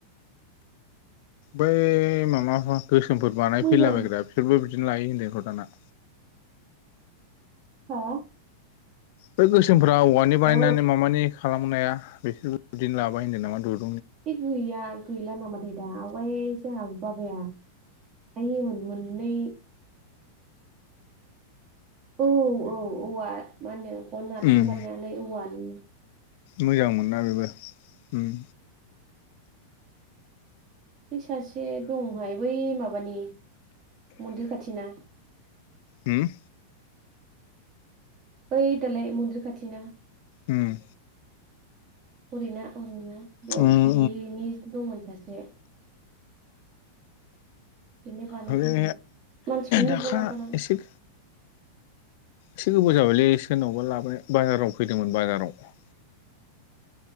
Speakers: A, on the left; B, on the right.
A: बै मामाफा गोसोमफोर बानाय
B: मोजां
A: फैलाबायग्रा बिसोरबो बिदिनो लायो होनदोंथ' दाना।
B: हा?
A: बै गोसोमफ्रा औवानि बानायनानै
B: औ
A: मामानि खालामनाया बेखौ बिदिनो लाबाय होनदों नामा दुर
B: बे गैया गैला नामाथाय दा। आवगाय जोंहा बाबाया आय होयोमोन मोननै औ औ औवा मा होनो गन आथिं
A: उम
B: बानायनानै औवानि
A: मोजां मोन्ना बेबो उम।
B: बे सासे दंहाय बै माबानि मन्दिर खाथिना
A: हुम?
B: बै दालाय मन्दिर खाथिना।
A: उम।
B: हरैना अरैना बेयाव
A: उम
B: बिनि दंमोन सासे। बेनो बानायफैयोमोन
A: आरो
B: मानसिखौनो
A: दाखा
B: नुबावला दाना
A: एसे एसे गोबाव जाबायलै सोरनावबा लाबोनाय बाजाराव फैदोंमोन बाजाराव।